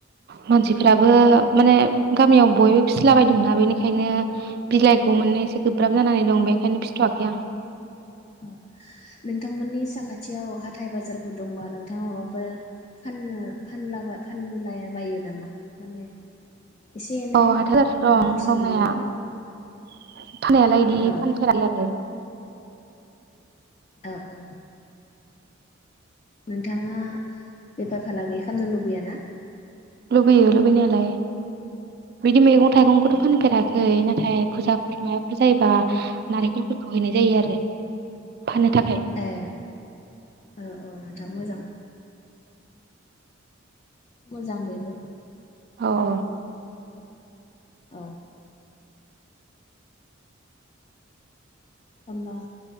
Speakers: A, on the right (about 50°); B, on the left (about 35°).
A: मानसिफ्राबो माने गामियाव बयबो फिसिलाबायदोंना बेनिखायनो बिलाइखौ मोन एसे गोब्राब जानानै दं बेखायनो फिथवाखै आं
B: औ नोंथांमोननि साखाथियाव हाथाय बाजारफोर दंबा नोंथाङा माबाफोर फाननो फानला फानलाय बायो नामा माने एसे एनै
A: अ हाथायाव लाथा
B: रां
A: दं
B: खरसा
A: दंनाया
B: मोननायनि
A: फाननायालाय बिदि
B: औ
A: फानफेराखै आरो
B: औ औ नोंथाङा बेफार फालांगि खालामनो लुबैया ना
A: लुबैयो लुबैनायालाय बिदि मैगं थाइगंफोर
B: औ
A: फानफेराखै नाथाय फुजाफोर माबाफोर जायोबा नारेंखलफोरखौ हैनाय जायो आरो फाननो थाखाय
B: ए औ औ नोंथां मोजां मोजां बेबो
A: अ अ
B: औ ओम्बा